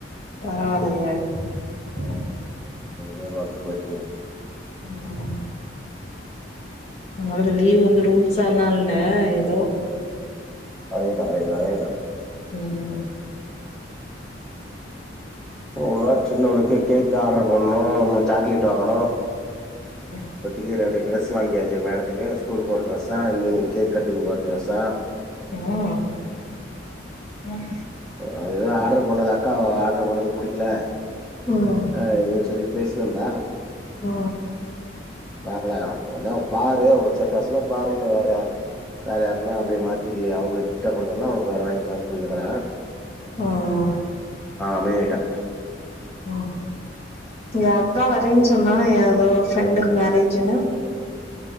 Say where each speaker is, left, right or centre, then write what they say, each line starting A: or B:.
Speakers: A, on the left; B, in the centre.
A: பரவாயில்லயே உம்
B: வெலாட போயிடிங்
A: ம் உங்களுக்கு லீவ் வந்து ரூல்ஸால்லா இல்ல ஏதோ
B: அதேதா அதேதா அதேதா
A: ம்
B: <unintelligible> சின்னவளுக்கு கேக் ஆட்ரு பண்ணோ ம் சாக்லேட்டு வாங்குணோ
A: ம்
B: ஒத்திக்கி ரெண்டு டிரெஸ்ஸு வாங்கியாச்சு மடத்துக்கு ஸ் கூலுக்கு ஒரு ட்ரெஸ்ஸா ஈவ்னிங் கேக் கட்டிங்க்கு ஒரு ட்ரெஸ்ஸா
A: ம் ம்
B: அது ஏதோ ஆட்ரு பண்ணுது அக்கா ஆட்ரு பண்ணது புடிக்கெல
A: ம்
B: அ இன் சொல்லி பேசினுர்ந்த
A: ஆ
B: பாக்லா உன்னா பாரு உனக் செட்டாச்சுன்னா பாரு இல்ல வேற ய வேற யாருக்னா அப்டியே மாத்திக்கி அவுங்களுக்கு கிஃப்ட்டா குடுத்தல்லா ஒனக்கு வேற வாய்ங்க்கிலான் சொல்னுக்குற
A: அ அ அ
B: அமைதியாய்ட்டா
A: ம் ஏ அக்கா வரேன் சொன்னா ஏதோ ஃப்ரெண்டுக்கு மேரேஜுன்னு